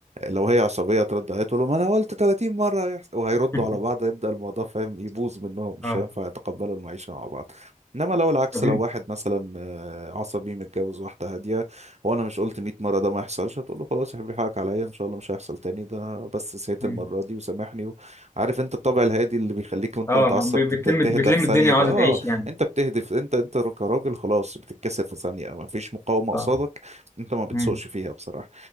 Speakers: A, on the right; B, on the left.
A: لو هي عصبية ترد عليه تقول له ما انا قلت 30 مرة هيحصل وهيردوا
B: <laughs>
A: على بعض هيبدأ الموضوع فاهم يبوظ منهم مش
B: اه
A: هينفع يتقبلوا المعيشة مع بعض انما لو العكس
B: طب مين-
A: لو واحد مثلا آه، عصبي متجوز واحدة هادية وانا مش قلت 100 مرة ده ما يحصلش هتقول له خلاص يا حبيبي حقك عليا ان شاء الله مش هيحصل تاني ده انا بس سهيت
B: مين؟
A: المرة دي وسامحني عارف انت الطبع الهادي اللي بيخليك وانت
B: اه
A: متعصب
B: آه، ب- بتلم
A: تت- تهدى
B: بتلم
A: في ثانية
B: الدنيا
A: كده
B: وعاوزة
A: اه
B: تعيش يعني
A: انت بتهدف انت انت كراجل خلاص بتتكسر في ثانية ما فيش مقاومة قصادك
B: اه
A: انت ما بتسوقش
B: مم.
A: فيها بصراحة